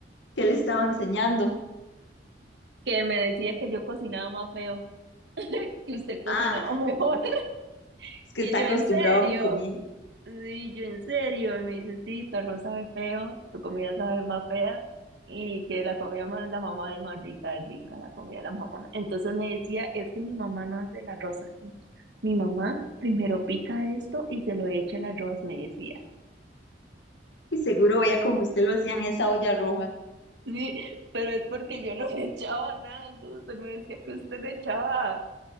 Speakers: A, on the left; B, on the right.
A: ¿Qué le estaba enseñando?
B: que me decía que yo cocinaba más feo, que usted cocinaba
A: Ah,
B: mejor. <laughs>
A: es que
B: Y
A: está
B: yo,
A: acostumbrado
B: ¿en serio?
A: a mi comida
B: Sí, yo, ¿en serio? Y me dice, sí, tu arroz sabe feo, tu comida sabe más fea y que la comida más la mamá es más rica, es rica la comida de la mamá. Entonces me decía, es que mi mamá no hace el arroz así. Mi mamá primero pica esto y se lo echa al arroz, me decía.
A: y seguro veía como usted lo hacía en esa olla roja.
B: Sí, pero es porque yo no le echaba nada, entonces él me decía que usted le echaba